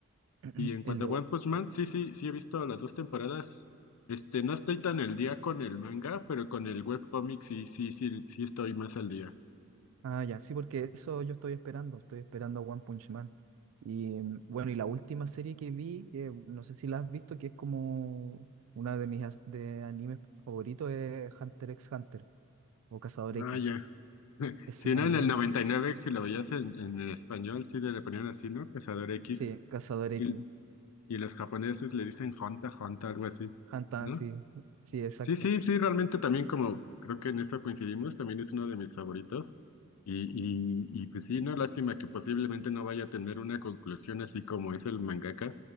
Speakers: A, on the right; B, on the left.
A: <clears throat>
B: Y en cuanto
A: El de...
B: a One
A: One-
B: Punch Man, sí, sí, sí he visto las dos temporadas. Este, no estoy tan al día con el manga, pero con el webcomic sí, sí, sí, sí estoy más al día.
A: Ah, ya. Sí, porque eso yo estoy esperando. Estoy esperando a One Punch Man. Y mm, bueno, y la última serie que vi, que no sé si la has visto, que es como una de mis as- de animes favoritos, es Hunter x Hunter o Cazador X.
B: Ah, ya. <laughs>
A: Ese
B: Si
A: también.
B: no, en el 99 si lo veías en, en el español, sí le ponían así, ¿no? Cazador X.
A: Sí, Cazador X.
B: Y, y los japoneses le dicen Honta, Honta, algo así,
A: Hunter,
B: ¿no?
A: sí, sí, exacto.
B: Sí, sí, sí, realmente también como creo que en eso coincidimos, también es uno de mis favoritos. Y, y, y pues sí, no, lástima que posiblemente no vaya a tener una conclusión así como es el mangaka.